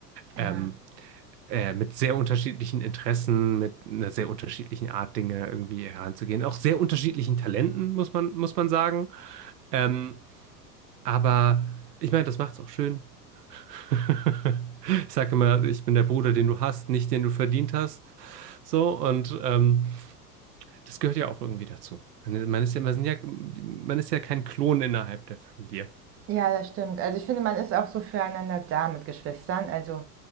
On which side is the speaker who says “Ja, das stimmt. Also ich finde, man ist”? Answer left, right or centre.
Right